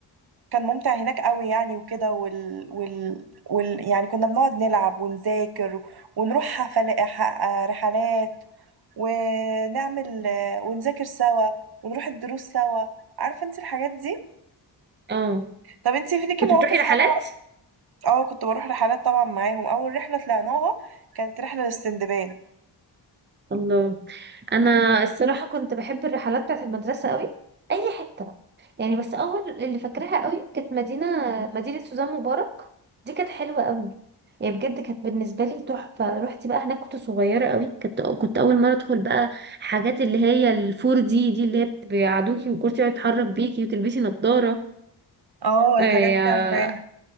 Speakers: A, on the right (about 60°); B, on the right (about 25°).
A: كان ممتع هناك قوي يعني وكده وال... وال... وال... يعني كنا بنقعد نلعب ونذاكر ونروح حفل... ح- آه، رحلات ونعمل ونذاكر سوا ونروح الدروس سوا عارفة انت الحاجات دي
B: اه
A: طب انت في ليكي
B: كنت
A: مواقف
B: بتروحي رحلات
A: حلوة اه كنت بروح رحلات طبعا معاهم اول رحلة طلعناها كانت رحلة للسندباد
B: الله انا الصراحه كنت بحب الرحلات بتاعت المدرسه قوي اي حته بقى يعني بس اول اللي فاكراها قوي كانت مدينه مدينه سوزان مبارك دي كانت حلوه قوي يعني بجد كانت بالنسبه لي تحفه رحت بقى هناك كنت صغيره قوي كنت كنت اول مره ادخل بقى حاجات اللي هي الفور دي دي اللي هي بيقعدوكي والكرسي يقعد يتحرك بيكي وتلبسي نظاره
A: اه الحاجات
B: آه،
A: دي عارفاها